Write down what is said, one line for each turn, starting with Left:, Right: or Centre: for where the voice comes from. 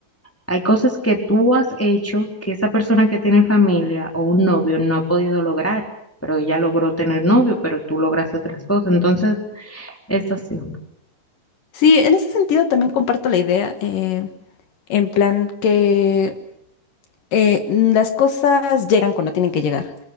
Centre: Hay cosas que tú has hecho que esa persona que tiene familia o un novio no ha podido lograr, pero ella logró tener novio, pero tú lograste otras cosas. Entonces, es así.
Left: Sí, en ese sentido también comparto la idea. eh, en plan que eh, las cosas llegan cuando tienen que llegar.